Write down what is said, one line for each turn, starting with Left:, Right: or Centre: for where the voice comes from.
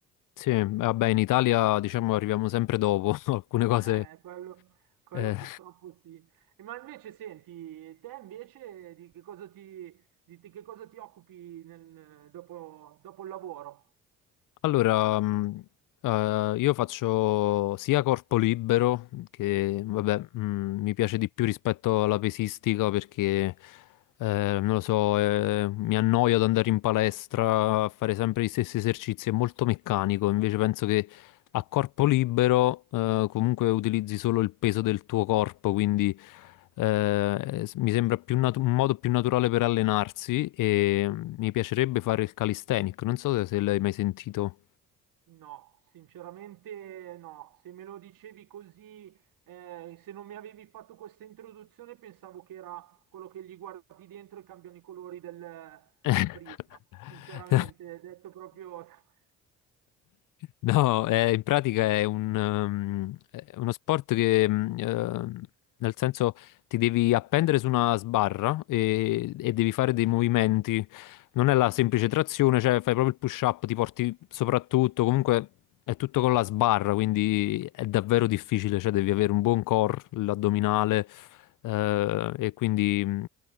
Left: Sì, vabbè, in Italia diciamo arriviamo sempre dopo <laughs> alcune
Right: <laughs>
Left: cose.
Right: Eh, quello, quello
Left: eh.
Right: purtroppo sì. E Ma invece senti, te invece di che cosa ti, di, di che cosa ti occupi nel- dopo, dopo il lavoro?
Left: Allora, mh, eh, io faccio sia corpo libero, che vabbè, mh, mi piace di più rispetto alla pesistica perché, eh, non lo so, eh, mi annoio ad andare in palestra a fare sempre gli stessi esercizi, è molto meccanico, invece penso che a corpo libero, eh, comunque utilizzi solo il peso del tuo corpo, quindi, eh, s- mi sembra più natu- un modo più naturale per allenarsi e mi piacerebbe fare il calisthenic, non so se se l'hai mai sentito.
Right: No, sinceramente no. Se me lo dicevi così, eh, se non mi avevi fatto questa introduzione, pensavo che era quello che gli guardi dentro e cambiano i colori del,
Left: <laughs>
Right: del prisma. Sinceramente, detto proprio... <laughs>
Left: No, è- in pratica è un, ehm, è uno sport che, mm, ehm, nel senso, ti devi appendere su una sbarra e, e devi fare dei movimenti. Non è la semplice trazione, cioè fai proprio il push-up, ti porti soprattutto, comunque è tutto con la sbarra, quindi è davvero difficile, cioè devi avere un buon core, l'addominale, eh, e quindi... mm,